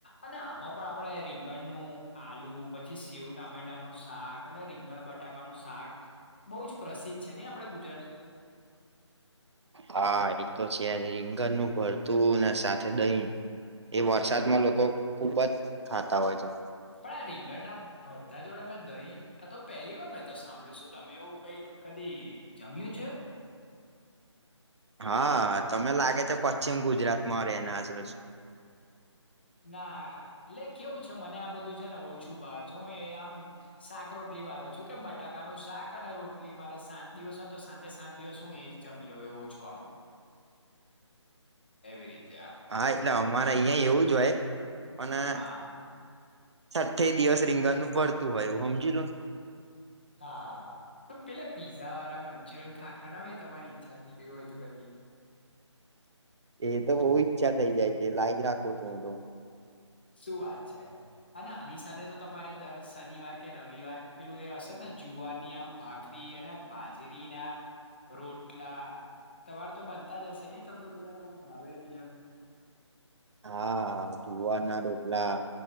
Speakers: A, on the left (about 20°); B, on the right (about 65°).
A: અને આમાં પણ આપડે રીંગણનું આલુ પછી સેવ ટામેટા નું શાક અને રીંગણ બટાકા નું શાક બહુ જ પ્રસિદ્ધ છે નહી આપણા ગુજરાતની અંદર
B: હા એ તો છેજે રીંગણનું ભરતું ને સાથે દહિ એ વરસાદમાં લોકો ખુબ જ ખાતા હોય છે.
A: પણ આ રીંગણ ના ભરતા જોડે મેં દહી આ તો પહેલી વાર મેં તો સાંભળ્યું શું તમે એવું કઈ કદી જમ્યું છે
B: હા તમે લાગે છે પશ્ચિમ ગુજરાતમાં રહેના છો
A: ના એટલે કેવું છે મને આ બધું છે ને ઓછું ભાવ છે હું એ આમ શાક રોટલી વાળો છું કે બટાકાનું શાક અને રોટલી મારે સાત દિવસ હોને તો સાતે સાત દિવસ હું એજ જમીલો એવ ઓછું આમ એવી રીતે આમ
B: હા એટલે અમારે અહિયાં એવું જ હોય પણ
A: હા
B: સાઠ્ઠે દિવસ રીંગણનું ભરતું હોય એવું સમજી લો ને
A: હા તો પેલા પીઝા વાળા મંચુરિયન ખાખરા ના હોય તમારી ઈચ્છા થઈ ગય હોય તો કદી.
B: એ તો બહ ઈચ્છા થઇ જાય છે લાઈ જ રાખું છું હું તો.
A: શું વાત છે હા આની સાથે તો તમારે દર શનિવાર કે રવિવાર પેલું એ હશે ને જુવાની આમ ભા ખરી અને બાજરી ના રોટલા તમાર તો બનતા જ હશે નહ તમને બધાનેું ભાવે એટલે
B: હા જુવારના રોટલા